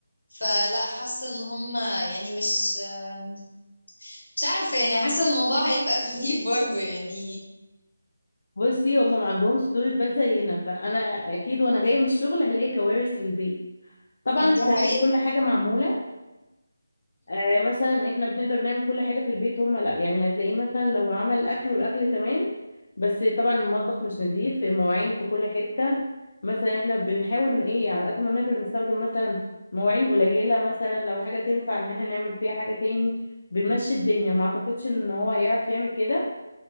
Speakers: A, on the left; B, on the left.
A: فلا حاسه ان هما يعني مش آم، مش عارفه يعني حاسه إن الموضوع هيبقى <laughs> غريب برضو يعني
B: بصي هم ما عندهمش طول بال زينا فانا اكيد وانا جايه من الشغل هلاقي كوارث في البيت طبعا مش
A: دي
B: هلاقي
A: حقيقه
B: كل حاجة معمولة آه مثلا احنا بنقدر نعمل كل حاجة في البيت هما لا يعني هتلاقيه مثلا لو عمل الأكل والأكل تمام بس طبعا المطبخ مش نظيف المواعين في كل حتة مثلا احنا بنحاول ان ايه على قد ما نقدر نستخدم مثلا مواعين قليلة مثلا لو حاجة تنفع ان احنا نعمل فيها حاجة تاني بنمشي الدنيا ما اعتقدش ان هو هيعرف يعمل كده